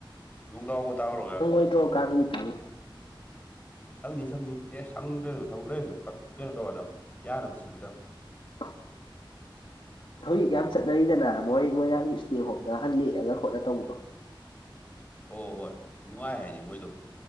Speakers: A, on the left; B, on the left.
A: ꯂꯣꯡꯗꯥꯥꯎꯕꯨ ꯇꯥꯎꯔꯒ꯫
B: <unintelligible>
A: ꯁꯪꯅꯤ ꯁꯪꯅꯤ ꯑꯦ ꯁꯪꯗ꯭ꯔꯁꯨ ꯊꯕꯛ ꯂꯩꯔꯁꯨ ꯀꯠ ꯀꯩꯅꯣ ꯇꯧꯔꯗꯝ ꯌꯥꯅꯕ ꯁꯤꯜꯂꯗꯝ꯫
B: <inaudible> <unintelligible> ꯍꯧꯖꯤꯛ ꯌꯥꯝ ꯆꯠꯅꯔꯤꯗꯅ ꯃꯣꯏ ꯃꯣꯏꯔꯥꯡꯒꯤ ꯏꯁꯇꯦ ꯍꯣꯝꯗ ꯂꯦꯛꯑꯒ ꯈꯣꯠꯂ ꯇꯧꯕꯗꯣ
A: ꯍꯣꯏ ꯍꯣꯏ ꯍꯣꯏ ꯅꯨꯡꯉꯥꯏ ꯍꯥꯏꯅꯤ ꯃꯣꯏꯗꯣ